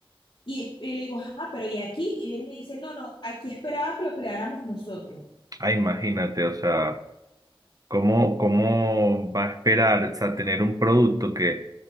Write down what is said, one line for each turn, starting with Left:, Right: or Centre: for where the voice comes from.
Left: y, y le digo, ajá, pero ¿y aquí? Y viene y me dice, no, no, aquí esperaba que lo creáramos nosotros.
Right: ah, imagínate, o sea, ¿cómo, cómo va a esperar, o sea, tener un producto que